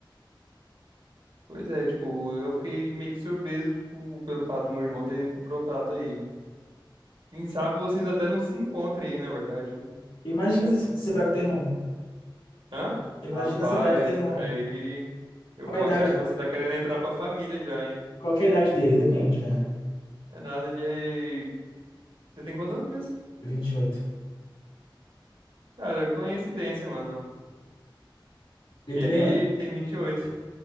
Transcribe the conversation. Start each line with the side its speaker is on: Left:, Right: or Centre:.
Right: Pois é, tipo, eu fiquei meio que surpreso, tipo, pelo fato do meu irmão ter brotado aí. Quem sabe vocês até não se encontrem aí, na verdade, né?
Left: Imagina se você pega o teu irmão.
Right: Hã?
Left: Imagina
Right: Rapaz,
Left: se você pega o teu irmão.
Right: aí eu
Left: Qual
Right: vou
Left: a idade?
Right: achar que você tá querendo entrar pra família já, hein?
Left: Qual que é a idade dele? Depende, né?
Right: É nada, ele é... Você tem quantos anos mesmo?
Left: vinte e oito.
Right: Cara, coincidência, mano.
Left: Ele
Right: Ele
Left: também.
Right: tem 28.